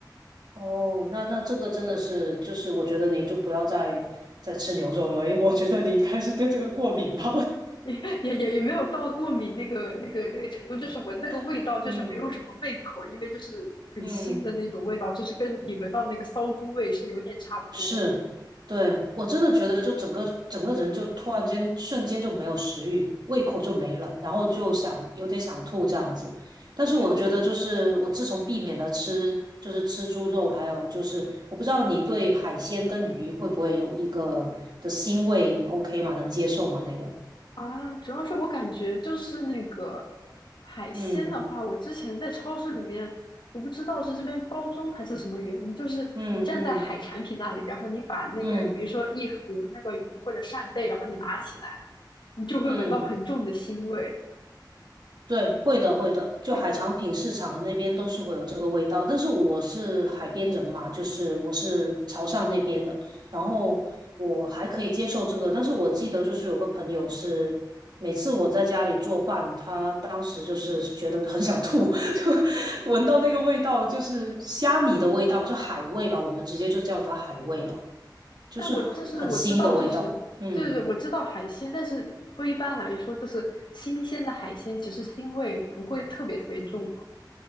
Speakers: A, on the right; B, on the left.
A: 哦，那那这个真的是，就是我觉得你就不要再再吃牛肉了，因为我觉得你应该是对这个过敏吧。
B: <laughs> 也也也也没有到过敏那个那个那个程度，就是闻那个味道就是没有什么胃口，
A: <laughs> 嗯
B: 因为就是很腥的那种味道，
A: 嗯，
B: 就是跟你闻到那个骚猪味是有点差不多。
A: 是，对，我真的觉得就整个整个人就突然间瞬间就没有食欲，胃口就没了，然后就想有点想吐这样子。但是我觉得就是我自从避免了吃就是吃猪肉，
B: 对对对，
A: 还有就是我不知道你对海鲜跟鱼会不会有一个的腥味，你 OK 吗？能接受吗？那个，
B: 啊，主要是我感觉就是那个海鲜的话，
A: 嗯
B: 我之前在超市里面，我不知道是这边包装还是什么原因，就是你站在海产品那里，
A: 嗯嗯
B: 然后你把那个比如说一盒那个鱼或者扇贝，
A: 嗯
B: 然后你拿起来，你就会闻到很重的腥味。
A: 嗯，对，会的，会的。就海产品市场那边都是会有这个味道，
B: 会的，
A: 但是我是海边人嘛，就是我是潮汕那边的，然后我还可以接受这个。但是我记得就是有个朋友是，每次我在家里做饭，他当时就是觉得很想吐，<laughs> 就闻到那个味道，就是虾米的味道，就海味吧，我们直接就叫它海味了，就是很腥的味道。
B: 但我就是我知道，就是对对对，
A: 嗯。
B: 我知道海鲜，但是不一般来说，就是新鲜的海鲜，其实腥味不会特别特别重嘛。